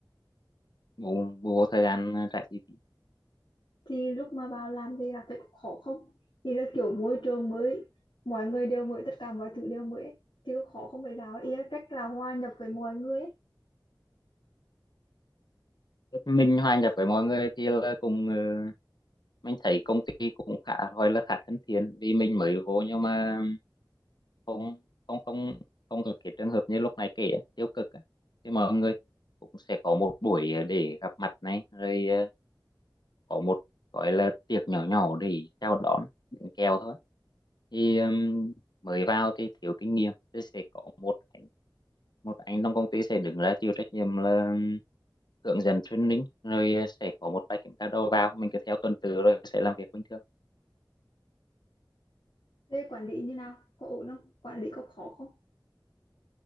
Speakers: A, on the left (about 60°); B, on the left (about 85°).
A: bù, bù vô thời gian ờ, trả chi phí
B: thì lúc mà vào làm thì là thấy có khó không thì là kiểu môi trường mới mọi người đều mới tất cả mọi thứ đều mới ấy. thì có khó không phải là ý là cách là hòa nhập với mọi người ấy
A: mình hòa nhập với mọi người thì là cùng ờ, mình thấy công ty cũng khá gọi là khá thân thiện vì mình mới vô nhưng mà không không không không gặp cái trường hợp như lúc này kể á, tiêu cực á. thì mọi người cũng sẽ có một buổi ờ, để gặp mặt này rồi ờ, có một gọi là tiệc nhỏ nhỏ để chào đón bánh kẹo thôi thì um, mới vào thì thiếu kinh nghiệm thì sẽ có một anh một anh trong công ty sẽ đứng ra chịu trách nhiệm là um, hướng dẫn training rồi uh, sẽ có một vài kiểm tra đầu vào mình cứ theo tuần tự rồi sẽ làm việc bình thường
B: thế quản lý như nào có ổn không quản lý có khó không